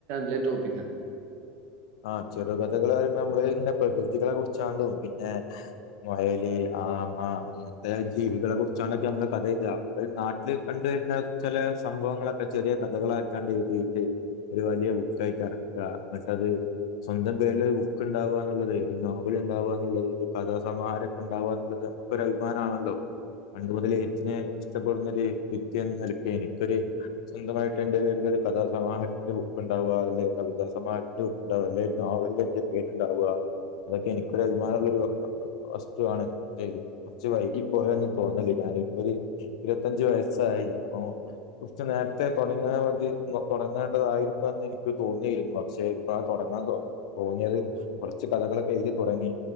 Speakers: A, on the right; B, on the left.
A: ര <unintelligible> ടോപ്പിക്കണ്
B: ആഹ ചെറുകഥകൾ വരുമ്പോ നമ്മള് ഇങ്ങനെ പ്രകൃതികളെ കുറിച്ചാലൊ പിന്നെ വയല്- ആ അങ്ങനത്തെ ജീവികളെ കുറിച്ചാണല്ലോ നമ്മള് കഥ എഴുതുക നാട്ടില് കണ്ടുവരുന്ന ചില- സംഭവങ്ങളൊക്കെ ചെറിയ കഥകളാക്കാണ്ട് എഴുതിട്ട് ഒരു വലിയ ബുക്കായി ഇറക്കുക എന്നിട്ടത് സ്വന്തം പേരിൽ ഒരു ബുക്ക് ഉണ്ടാവാുകന്നുള്ളത് ഒരു നോവൽ ഉണ്ടാവുകന്നുള്ളത് ഒരു കഥാസമാഹാരംമൊക്കെ ഉണ്ടാവുക എന്നുള്ളത്- ഇതൊക്കെ ഇപ്പോ ഒരു അഭിമാനമാണല്ലോ പണ്ട് മുതൽ ഞാൻ ഇഷ്ടപ്പെടുന്ന ഒരു വിദ്യയ എനിക്കൊരു സ്വന്തമായിട്ട് എറെ വേരുടെ- കഥാ സമാഹത്തിന്റെ ബുക്ക് ഉണ്ടാവുക അല്ലെങ്കിൽ കവിതാ സമാഹത്തിന്റെ- ഉണ്ടാവ അല്ലായിരുന്നു അവല് എന്റെ പേരുണ്ടാവുക അതൊക്കെ എനിക്കൊരു അഭിമാനമുള്ളൊ ഒരു വസ്തുവാണ് കുറച്ച് വൈകി പോയൊന്നന്ന് തോന്നല ഞാൻ- ഇരുപത്തിയഞ്ചു വയസായി അപ്പോൾ കുറച്ചു നേരത്തെ തുടങ്ങാൽ മതി തോന്നേണ്ടതായിരുന്നു എന്ന് എനിക്ക് തോന്നിയിരുന്നു പക്ഷേ തുടങ്ങാൻ തോന്നിയത് കുറച്ച് കഥകളൊക്കെ എഴുതി തുടങ്ങി